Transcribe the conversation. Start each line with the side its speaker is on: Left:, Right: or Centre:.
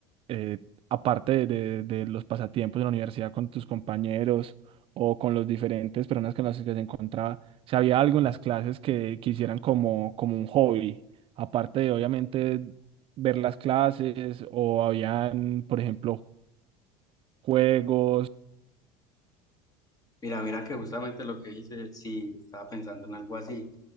Right: eh, aparte de, de- de los pasatiempos de la universidad con tus compañeros o con los diferentes personas con las que se encontraba, si había algo en las clases que quisieran como, como un hobby, aparte de obviamente ver las clases o habían, por ejemplo, juegos.
Left: Mira, mira que justamente lo que dice, sí, estaba pensando en algo así.